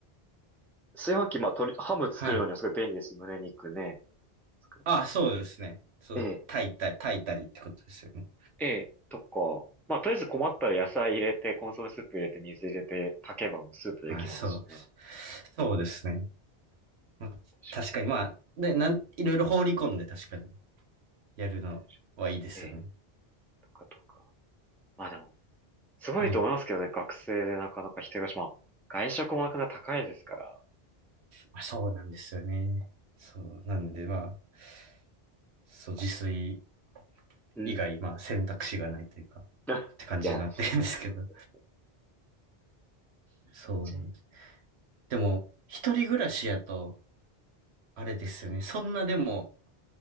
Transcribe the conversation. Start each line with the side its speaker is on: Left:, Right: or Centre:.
Centre: 炊飯器、まあ、鶏、ハム作るのにもすごい便利ですし。
Right: はい。
Centre: 胸肉ね、作るのとか。
Right: あ、そうですね。そう、
Centre: ええ。
Right: 炊いたり、炊いたりってことですよね。
Centre: ええ、とか、まあ、とりあえず困ったら野菜入れて、コンソメスープ入れて、水入れて、炊けばもうスープできますしね。
Right: あ、そう。そうですね。まあ、
Centre: 確
Right: 確かに、まあ、ね、なん、いろいろ放り込んで確かにやるのはいいですよね。
Centre: かに。ええ、とかとか。まあでも、すごいと思いますけどね、
Right: はい。
Centre: 学生でなかなか一人暮らし、まあ、外食もなかなか高いですから。
Right: まあ、そうなんですよね。そう。なんで、まあ、そう、自炊
Centre: うん。
Right: 以外、まあ、選択肢がないというか、
Centre: <laughs> あいや、
Right: って感じになってるんですけど。
Centre: そう。
Right: そうなんです。
Centre: じゃ
Right: でも、一人暮らしやと、あれですよね。そんなでも、